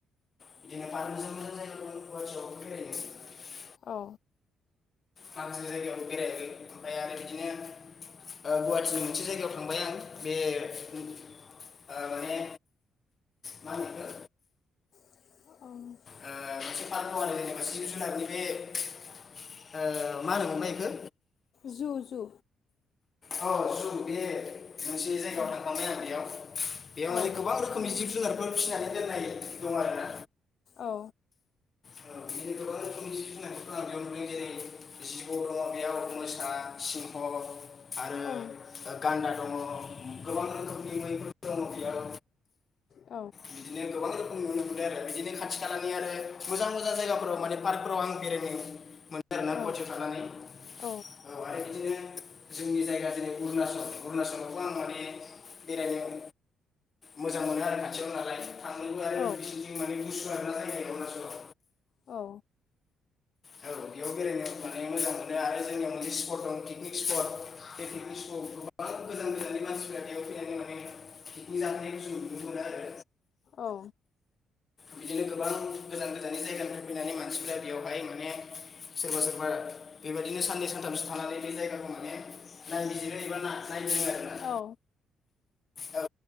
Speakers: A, on the left; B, on the left.
A: बिदिनो गोबां जायगा दं बेरायनो
B: औ
A: माखासे जायगायाव बेरायहैदों ओमफाय आरो बिदिनो ओ गुवाहाटिनि मोनसे जायगायाव थांबाय आं बे ओ माने मा होनो बेखो
B: औ
A: ओ मोनसे पार्का दङ आरो जेनेबा जिब जुनारनि बे ओ मा होनोबा इखौ
B: जु जु
A: औ जु बे मोनसे जायगायाव
B: औ
A: थांखांबाय आं बेयाव बेयाव माने
B: औ
A: गोबां रोखोमनि जिब जुनार फोर फिसिनानै दोननाय दं आरोना
B: औ
A: बिदिनो गोबां रोखोमनि जिब जुनारफोरखौ आं बेयाव नुदों जेरै जिबौ दङ बेयाव मोसा सिंह आरो
B: औ
A: गान्दा दङ गोबां रोखोमनि मैफोर दङ बेयाव
B: औ
A: बिदिनो गोबां रोखोमनि नुनो मोनदों आरो बिदिनो खाथि खालानि आरो मोजां मोजां जायगाफोराव माने पार्कफोराव आं बेरायनो आरोना
B: औ
A: गवाहाटि खालामानानै
B: औ
A: औ आरो बिदिनो जोंनि जायगा जेरै अरुणचल अरुणचलावबो आं माने बेरायनो मोजां मोनो आरो खाथियाव नालाय थांनोबो आरो
B: औ
A: बिसोरनि माने गुसु आरोना जायायो अरुणाचलाव
B: औ
A: औ बेयाव बेरायनो माने मोजां मोनो आरो जोंनियाव मोनसे स्पट दं पिकनिक स्पट बे पिकनिक सक'आव गोबां गोजान गोजाननि मानसिफ्रा बेयाव फैनानै माने पिकनिक जाफैनायखौ जों नुनो मोनो आरो
B: औ।
A: बिदिनो गोबां गोजान गोजान जायगानिफ्राय फैनानै मानसिफ्रा बेयावहाय माने। सोरबा सोरबा बेबायदिनो साननै सानथामसो थानानै बे जायगाखौ माने नायबिजिरो एबा ना नायदिङो। आरोना
B: औ।
A: औ।